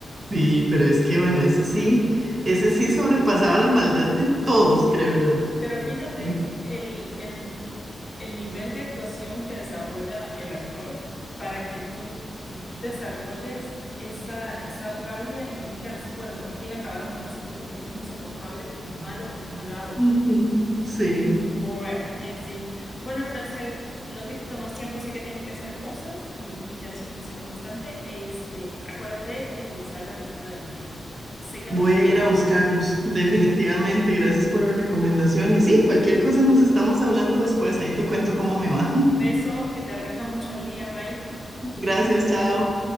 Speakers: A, on the right (about 30°); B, on the left (about 35°).
A: Sí, pero es que bueno, ese sí, ese sí sobrepasaba la maldad de todos, creo yo.
B: <laughs> Pero fíjate
A: Lu.
B: el, el, el nivel de actuación que desarrolla el actor para que tú, tú desarrolles esa, esa rabia y digas, bueno, por fin acabaron con ese tipo porque es insoportable, porque es malo, porque es malvado.
A: Ujú, Sí,
B: Bueno, en fin. Bueno, Francela, no te quito más tiempo, sé que tienes que hacer cosas y, y ya chismoseamos bastante. Este, acuérdate de comenzar la lectura de los libros. Sé que
A: voy
B: los vas
A: a
B: a disfrutar.
A: ir a buscarlos, definitivamente. Gracias por la recomendación. Y sí, cualquier cosa nos estamos hablando después. Ahí te cuento cómo me va. <laughs>
B: Besos, que te rinda mucho el día, bye.
A: Gracias, chao.